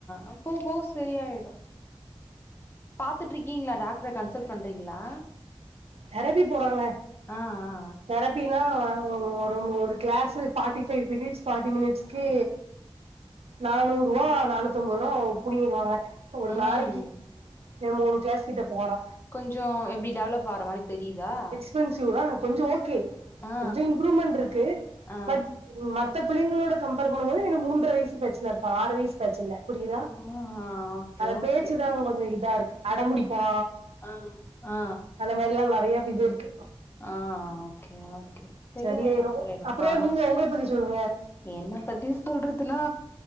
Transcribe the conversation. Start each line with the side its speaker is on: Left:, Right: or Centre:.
Left: ஆ போ போ சரியாயிடும் பாத்துட்டு இருக்கீங்களா டாக்டர கன்சல் பண்றீங்களா
Right: தெரப்பி போறாங்க
Left: ஆ ஆ ஆ
Right: தெரப் ப்பின்னா ஒரு ஒரு class forty five minutes forty மினிட்ஸ்கே நானூறு ரூபா நானூத்தி அம்பது ரூபா புடுகிடு வாங்க ஒரு
Left: ம்
Right: நாளைக்கு எ மூணு கிளாஸ் கிட்ட போறா
Left: கொஞ்ச எப்படி டெவலப் ஆற மாரி தெரியுதா
Right: எக்ஸ்பென்சிவ் தா கொஞ்ச ஓகே
Left: ஆ
Right: கொஞ்ச இம்ப்ரூவ்மெண்ட் இருக்கு
Left: ஆ
Right: பட் மத்த பிள்ளைங்களோட கம்பர் பண்ணும் போது இவனுக்கு மூன்ற வயசு பிரச்சன இருக்க ஆறு வயசு வச்சல்ல புரியுதா
Left: ஆ ஆ ஓகே
Right: அத
Left: ஓகே
Right: பேச்சுதா கொஞ்ச இதா இருக்கு அடம்புடிப்பா
Left: ஆ அ ஆ
Right: அதுலா நிறையா இப்படி போயிருக்கு
Left: ஆ ஓகே ஓகே சரியா
Right: சரியாயிரு
Left: ஆயிடும் சரி ஆயிடும்
Right: அப்புறோ
Left: ஆ
Right: நீங்க உங்கள பத்தி சொல்லுங்க
Left: என்னை பத்தி சொல்றதுன்னா